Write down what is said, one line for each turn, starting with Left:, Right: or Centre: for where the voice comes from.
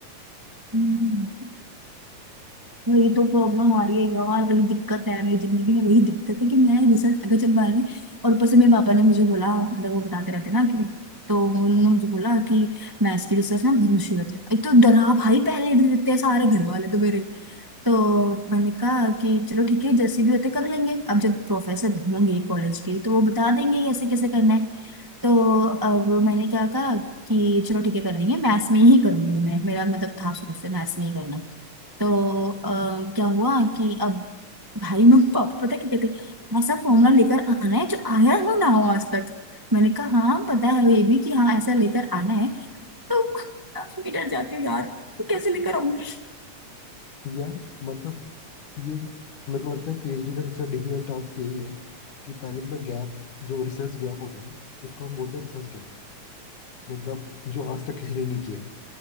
Right: हम्म। वही तो प्रॉब्लम आ रही है यार वही दिक्कत है मेरी जिंदगी में वही दिक्कत है कि मैं रिसर्च अगर चल पाएंगे और ऊपर से मेरे पापा ने मुझे बोला मतलब वो बताते रहते ना कि तो उन्होंने मुझे बोला कि मैथ्स की रिसर्च ना बहुत मुश्किल होती है एक तो डरा भाई पहले ही देते हैं सारे घर वाले तो मेरे तो मैंने कहा कि चलो ठीक है जैसे भी होते कर लेंगे अब जब प्रोफेसर होंगे कॉलेज के तो वो बता देंगे ये ऐसे कैसे करना है तो अब मैंने क्या कहा कि चलो ठीक है कर लेंगे मैथ्स में ही करूंगी मैं मेरा मतलब था शुरू से मैथ्स में ही करना तो अ, क्या हुआ कि अब भाई में पापा पता क्या कहते ऐसा फॉर्मूला लेकर आना है जो आया ही ना हो आज तक मैंने कहा हाँ पता है ये भी कि हाँ ऐसा लेकर आना है तो मैं डर जाती हूँ यार कैसे लेकर आऊंगी
Left: यार मतलब ये मेरे को लगता है पीएचडी का सबसे डिफिकल्ट टास्क यही है कि पहले तो मैं गैप जो रिसर्च गैप होता है ना इसको हम बोलते हैं रिसर्च गैप मतलब जो आज तक किसी ने नहीं किया है